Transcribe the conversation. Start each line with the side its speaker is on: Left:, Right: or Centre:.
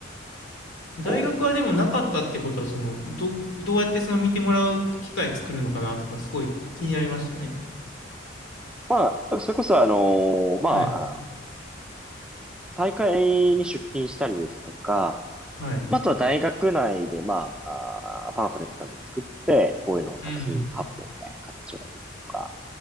Left: 大学はでもなかったってことは、
Centre: こう、なんか
Left: その、ど、どうやってその見てもらう機会作るのかなとか、すごい気になりましたね。
Centre: まあ、それこそあのーまあ、
Left: はい。
Centre: 大会に出品したりですとか、
Left: はい。
Centre: まああとは大学内で、まあ、あーパンフレットなど作って、こういうのを作品発表みたいな形を取るとか、
Left: うん。